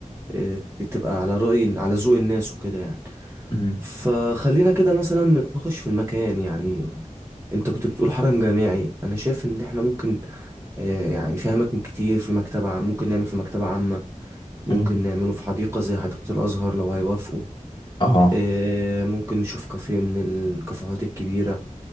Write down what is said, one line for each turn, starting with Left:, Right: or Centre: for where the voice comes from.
Right: آه، تبقى على رأي على ذوق الناس وكده يعني
Left: امم
Right: فخلينا كده مثلا نتناقش في المكان يعني انت كنت بتقول حرم جامعي انا شايف ان احنا ممكن آه، يعني في اماكن كتير في مكتبة عام- ممكن نعمل في مكتبة عامة ممكن
Left: أمم.
Right: نعمله في حديقة زي حديقة الازهر لو هيوافقوا
Left: اه
Right: آه، ممكن نشوف كافيه من الكافيهات الكبيرة